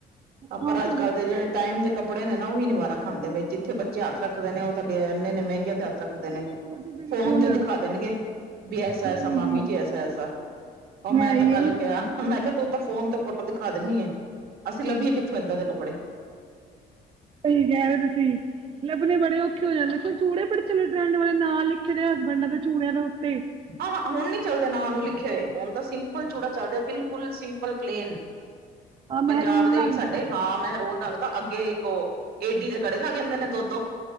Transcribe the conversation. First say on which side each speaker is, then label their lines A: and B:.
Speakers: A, on the right; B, on the right.
A: ਹੁਣ
B: ਪਰ ਅੱਜ-
A: ਤੁਹਾਡੀ
B: ਕੱਲ੍ਹ ਦੇ ਜਿਹੜੇ ਟਾਈਮ ਦੇ ਕੱਪੜੇ ਨੇ ਨਾ ਉਹੀ ਨੀ ਵਾਰਾ ਖਾਂਦੇ ਪਏ, ਜਿੱਥੇ ਬੱਚੇ ਹੱਥ ਰੱਖਦੇ ਨੇ ਉਹ ਤਾਂ ਐਨੇ- ਐਨੇ ਮਹਿੰਗੇ ਤੇ ਹੱਥ ਰੱਖ ਦੇ ਨੇ
A: ਬਿਲਕੁਲ ਜੀ ਬਿਲਕੁਲ
B: ਫੋਨ ਤੇ ਦਿਖਾ ਦੇਣਗੇ, ਵੀ ਐਸਾ-ਐਸਾ
A: ਹਾਂਜੀ
B: ਮਾਮੀ ਜੀ ਐਸਾ-ਐਸਾ ਉਹ ਮੈਂ
A: ਹੈ
B: ਤਾਂ
A: ਹੀ
B: ਕੱਲ
A: ਹੈ
B: ਕਿਹਾ, ਮੈਂ ਕਿਹਾ ਤੂੰ ਤਾਂ ਫੋਨ ਤੇ ਫੋਟੋ ਦਿਖਾ ਦਿੰਨੀ ਏ। ਅਸੀਂ ਲੱਭੀਏ ਕਿੱਥੋਂ, ਇੱਦਾਂ ਦੇ ਕੱਪੜੇ
A: ਸਹੀ ਕਹਿ ਰਹੇ ਓ, ਤੁਸੀਂ ਲੱਭਣੇ ਬੜੇ ਔਖੇ ਹੋ ਜਾਂਦੇ ਆ, ਚ ਚੂੜੇ ਬੜੇ ਚਲੇੇ ਟਰੈਂਡ ਵਾਲੇ ਨਾਂ ਲਿਖੇ ਦੇ ਆ ਹਸਬੈਂਡਾਂ ਦੇ ਚੂੜਿਆਂ ਦੇ ਉੱਤੇ।
B: ਹਾਂ ਹੁਣ ਨੀ ਚੱਲਦੇ ਨਾਂ ਨੂੰ ਲਿਖੇ ਹੋਏ, ਹੁਣ ਤਾਂ ਸਿੰਪਲ ਚੂੜਾ ਚੱਲ ਰਿਹਾ ਬਿਲ ਕੁਲ ਸਿੰਪਲ ਪਲੇਨ,
A: ਆ ਮਹਿਰੂਨ
B: ਪੰਜਾਬ ਦੇ ਵਿੱਚ
A: ਰੰਗ
B: ਸਾਡੇ
A: ਦਾ
B: ਹਾਂ ਮਹਿਰੂਨ ਰੰਗ ਅੱਗੇ ਇੱਕ ਉਹ ਏਡੀ ਦੇ ਕੜੇ ਲੱਗ ਜਾਂਦੇ ਨੇ, ਦੋ-ਦੋ